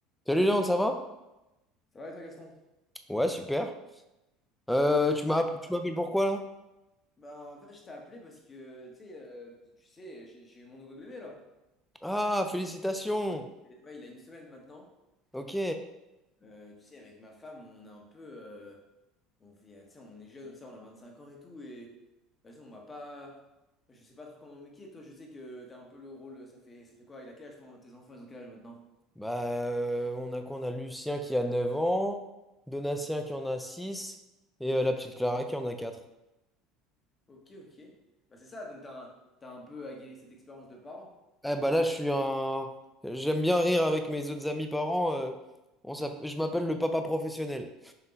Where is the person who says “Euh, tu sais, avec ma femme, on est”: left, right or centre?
Left